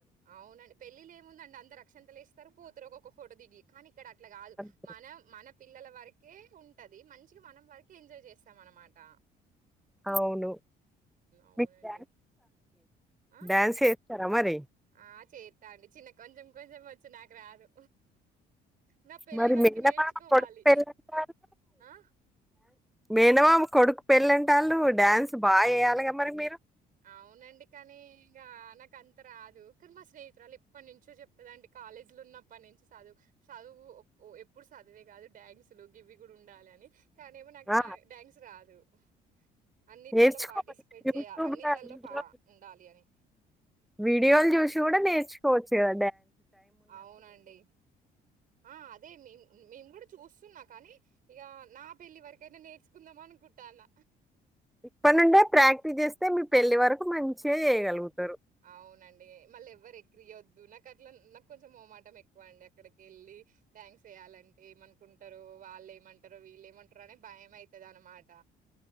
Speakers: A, on the right (about 55°); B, in the centre.
A: అవునండి పెళ్ళ ఏముందండి అందరు అక్షణ తె లేసి సరిపోతురు ఒక ఫోటో దిగి కా ఇక్కడ అట్లా కాదు
B: అంతే.
A: మన మన పిల్లల వరకే ఉంటది మంచి మనం వరకే ఎంజాయ్ చేస్తాం అనమాట
B: అవును
A: అవునండి
B: మీకు న్
A: ఆ
B: రాయనయా సార అ మరి
A: ఆ చేస్తా అండి చిన్న కొంచెం కొంచెం వచ్చు నాకు రాదు నా పెళ్లి
B: మరి
A: వరకి
B: మెల్ల
A: నేర్చుకోవాలి.
B: బమ కొడుకు పెళ్ళంటారు
A: ఆ
B: మేనమా కొడుకు పెళ్ళంటే వాళ్ళు డ్యాన్స్ బాగా చేయాలిగా మరి మీరు
A: అవునండి కానీ ఇంకా నాక అంత రాదు కానీ మా స్నేహితురాళు ఇప్పటి నుంచో చెప్తదండి కాలేజీలు ఉన్నప్పటి నుంచి చదువు చదువు ఎప్పుడు చదువే కాదు డ్యాంగ్సులు గివి కూడా ఉండాలి అని కానీమో నాకు
B: ఆ!
A: డ్యాన్స్ రాదు హామ్ అన్నిట్లలో
B: నేర్చుకోమను.
A: పార్టిసిపేట్
B: యూట్యూబ్‌ల
A: చేయ అన్ని ట్యూబ్లో
B: వీడియోలు
A: పా ఉండాలి అని
B: వీడియోలు చూసి కూడా నేర్చుకోవచ్చు కా
A: అవునండి ఆ అదే మేం మేము కూడా చూస్తున్నా కానీ ఇక నా పెళ్లివరకైనా నేర్చుకుందామ అనుకుంటాన్న
B: ఇప్ప నుండే ప్రాక్టీస్ చేస్తే మీ పెళ్ళలి వరకు మంచిగా చేయగలుగుతంది
A: అవునండి మళ్ళీ ఎవ్వరు ఎక్కు క్రియొద్దు నాకు అట్లా నాకు కొంచెం మోమాటం ఎక్కువ అండి అక్కడికి వెళ్ళి డాన్స్ వయాలంటే ఏమనుకుంటారు వాళ్ళు ఏమంటారు వీళ్ళు ఏమంటారు అనే భయం అవుతుది అనమాట